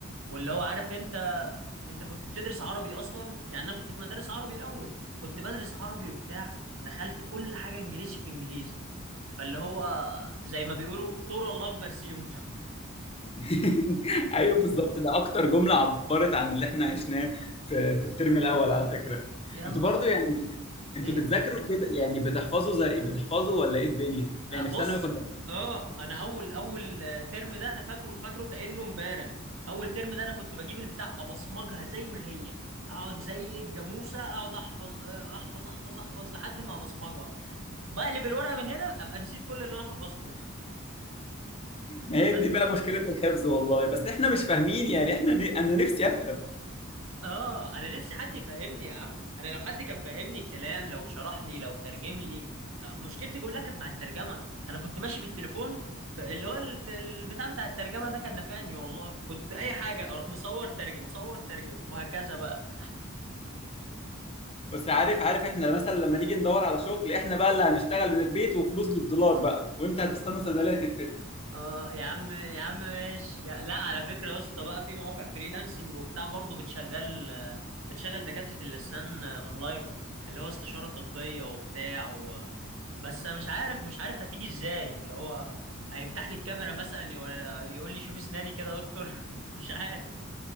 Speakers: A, on the right (about 70°); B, on the left (about 25°).
A: واللي هو عارف انت انت كنت بتدرس عربي اصلا يعني انا كنت في مدارس عربي الاول كنت بدرس عربي وبتاع دخلت كل حاجه انجليزي في انجليزي فاللي هو زي ما بيقولوا طور الله في برسيمه <laughs>
B: <laughs> ايوه بالظبط ده اكتر جملة عبرت عن اللي احنا عشناه في في الترم الاول على فكرة
A: يا
B: انتوا
A: نهار
B: برضو
A: ابيض
B: يعني انتوا
A: ايه
B: بتذاكروا كده يعني بتحفظوا زي بتحفظوا ولا ايه الدنيا
A: آه،
B: يعني
A: بص
B: في ثانوي كنا <laughs>
A: اه انا اول اول آه، ترم ده انا فاكره فاكره كانه امبارح اول ترم ده انا كنت بجيب البتاع ابصمجها زي ما هي اقعد زي الجاموسه اقعد احفظ آه، احفظ احفظ احفظ لحد ما ابصمجها بقلب الورقه من هنا ابقى نسيت كل اللي انا حفظته
B: ما
A: بس
B: هي دي بقى مشكلة الحفظ والله بس احنا مش فاهمين يعني احنا ن... انا نفسي افهم
A: اه انا نفسي حد يفهمني يا عم انا لو حد كان فهمني الكلام لو شرح لي لو ترجم لي آه، مشكلتي كلها كانت مع الترجمه انا كنت ماشي بالتليفون ب- اللي هو الت- البتاع بتاع الترجمه ده كان نافعني والله كنت اي حاجه اروح مصور ترجم صور ترجم وهكذا بقى
B: بس عارف عارف احنا مثلا لما نيجي ندور على شغل احنا بقى اللي هنشتغل من البيت وفلوس بالدولار بقى وانت هتستنى صيدلية تتفتح
A: اه يا عم يا عم ماشي يا... لا على فكره يا اسطى بقى في مواقع فريلانسنج وبتاع برضه بتشغل آه، بتشغل دكاتره الاسنان آه، اونلاين اللي هو استشاره طبيه وبتاع بس أنا مش عارف مش عارف هتيجي ازاي اللي هو هيفتح لي الكاميرا مثلا يو- يقول لي شوف اسناني كده يا دكتور <laughs> مش عارف